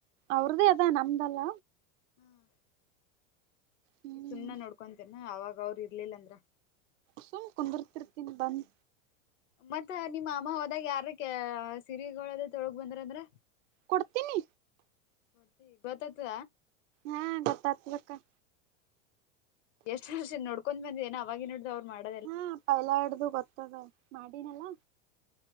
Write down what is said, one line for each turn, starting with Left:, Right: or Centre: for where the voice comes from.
Right: ಅವ್ರದ್ದೇ ಅದಾ ನಮ್ದಲ್ಲ
Left: ಹ್ಮ್
Right: ಹ್ಮ್
Left: ಈ ಸುಮ್ನ ನೋಡ್ಕೊಂತೇನ ಅವಾಗ ಅವ್ರ ಇರ್ಲಿಲ್ಲ ಅಂದ್ರ
Right: ಸುಮ್ ಕುಂದರ್ತಿರ್ತೀನಿ ಬಂದ್
Left: ಮತ್ತ ನಿಮ್ಮ ಅಮ್ಮ ಹೋದಾಗ ಯಾರ ಸಿರಿಗಳದ ತೊಳಗ ಬಂದ್ರ ಅಂದ್ರ
Right: ಕೊಡ್ತೀನಿ
Left: ಕೊಡ್ತಿ ಗೊತ್ತತ್ದ
Right: ಹಾ ಗೊತ್ತಾಗ್ತದಕ್ಕ
Left: ಎಷ್ಟು ವರ್ಷ ನಡ್ಕೊಂಡ್ ಬಂದ ಏನ ಅವವಾಗಿ ನೋ ಅವ್ ಮಾಡ
Right: ಹಾ ಪೈಲಾ ಹಡ್ದು ಗೊತ್ತದ ಮಾಡಿನಲ್ಲಾ